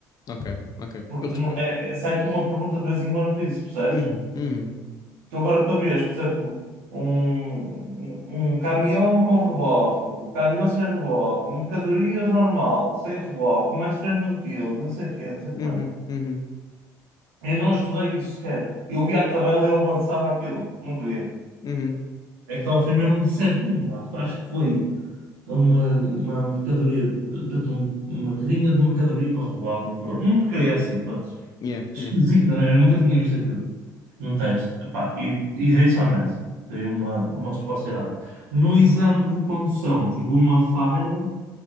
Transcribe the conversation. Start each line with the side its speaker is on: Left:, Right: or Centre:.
Left: Ok, ok.
Right: Porque
Left: Eu respeito.
Right: não- é, é- sai-te uma pergunta de vez em quando disso, percebes?
Left: Uhum, uhum,
Right: Tu agora para veres, por exemplo, um, um um caminhão com reboque, um caminhão sem reboque, um mercadorias normal, sem reboque, mais três mil quilos, não sei o quê, não sei o
Left: uhum,
Right: que mais.
Left: uhum,
Right: Eu não estudei isso sequer. Eu via a tabela e eu avançava aquilo, não queria.
Left: uhum,
Right: Então foi mesmo de certinho, pá. Acho que foi uma, uma mercadoria, portanto, um- uma carrinha de mercadoria com reboque, um porcaria assim, pronto.
Left: yeah,
Right: Esquisito,
Left: yeah,
Right: não é? Eu nunca tinha visto aquilo. num teste. Epá, e errei só nessa. Foi uma, uma resposta errada. No exame de condução, tive uma falha